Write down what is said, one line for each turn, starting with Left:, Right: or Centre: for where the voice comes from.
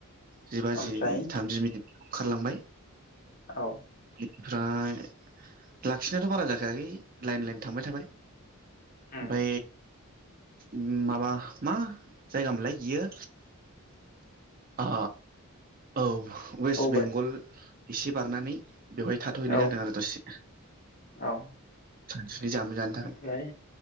Right: जि बाजि
Left: ओमफ्राय
Right: थामजि मिनिट ओंखारलांबाय
Left: औ
Right: ओमफ्राय लाखिनायाथ' बारा जाखायाखै लाइन लाइन थांबाय थाबाय।
Left: उम
Right: बै उम माबा मा जायगा मोनलाय इयो आ औ वेस्ट
Left: बावबाय
Right: बेंगल एसे बारनानै बेवहाय थाथ'हैनाय
Left: औ
Right: जादों आरो दसे
Left: औ
Right: सानसुनि जामुं जानो थाखाय।
Left: ओमफ्राय